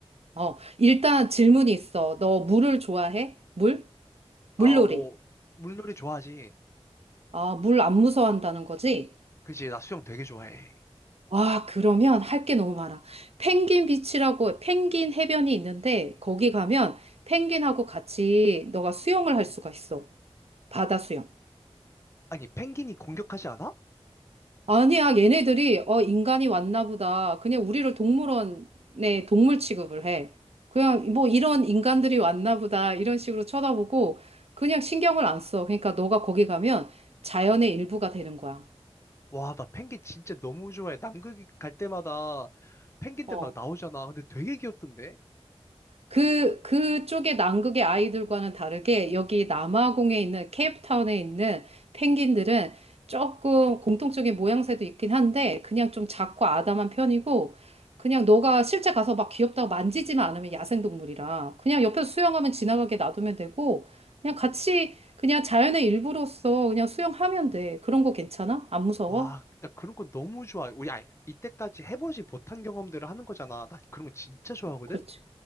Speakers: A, on the right; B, on the left.
A: 어, 일단 질문이 있어. 너 물을 좋아해? 물? 물놀이.
B: 아, 뭐, 물놀이 좋아하지.
A: 아, 물 안 무서워한다는 거지?
B: 그지, 나 수영 되게 좋아해.
A: 와, 그러면 할게 너무 많아. 펭귄 비치라고 펭귄 해변이 있는데 거기 가면 펭귄하고 같이 너가 수영을 할 수가 있어. 바다 수영.
B: 아니, 펭귄이 공격하지 않아?
A: 아니야, 얘네들이 어, 인간이 왔나 보다. 그냥 우리를 동물원에 동물 취급을 해. 그냥 뭐 이런 인간들이 왔나 보다. 이런 식으로 쳐다보고 그냥 신경을 안 써. 그러니까 너가 거기 가면 자연의 일부가 되는 거야.
B: 와, 나 펭귄 진짜 너무 좋아해. 남극 갈 때마다 펭귄들
A: 어.
B: 막 나오잖아. 근데 되게 귀엽던데?
A: 그, 그쪽의 남극의 아이들과는 다르게 여기 남아공에 있는 케이프타운에 있는 펭귄들은 조금 공통적인 모양새도 있긴 한데 그냥 좀 작고 아담한 편이고 그냥 너가 실제 가서 막 귀엽다고 만지지만 않으면 야생동물이라 그냥 옆에서 수영하면 지나가게 놔두면 되고 그냥 같이 그냥 자연의 일부로서 그냥 수영하면 돼. 그런 거 괜찮아? 안 무서워?
B: 와, 나 그런 거 너무 좋아해. 우리, 아, 이때까지 해보지 못한 경험들을 하는 거잖아. 나 그런 거 진짜 좋아하거든?
A: 그렇지.